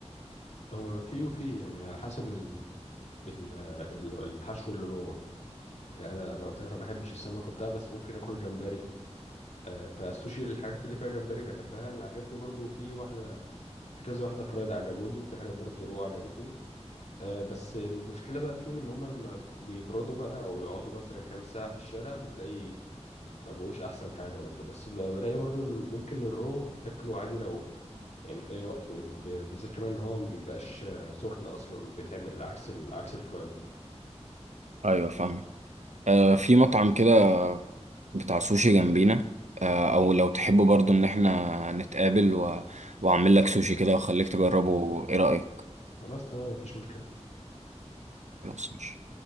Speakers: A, on the left (about 75°); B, on the right (about 85°).
A: هو في وفي يعني على حسب ال ال- ال- الحشو اللي جوه يعني انا انا قلت لك ما بحبش السمك وبتاع بس ممكن اكل جمبري آه، فالسوشي الحاجات اللي فيها جمبري بحبها اللي عجبني برضو في واحده في كذا واحده فرايد عجبوني وفي حاجات برضو رو عجبتني آه، بس المشكله بقى فيهم ان هم لما بيبردوا بقى او يقعدوا مثلا كام ساعه في الشارع بتلاقي ما بقوش احسن حاجه برضو بس ب- بلاقي برضو ان ممكن الرو تاكله عادي لو يعني في اي وقت ب- ب- بالذات كمان ان هو ما بيبقاش آه، سخن اصلا بيتعمل عكس ال- عكس الفرايد
B: ايوه فاهم آه في مطعم كده بتاع سوشي جنبينا آه او لو تحبوا برضو ان احنا نتقابل و... واعمل لك سوشي كده واخليك تجربه ايه رأيك
A: خلاص تمام مفيش مشكله
B: خلاص ماشي.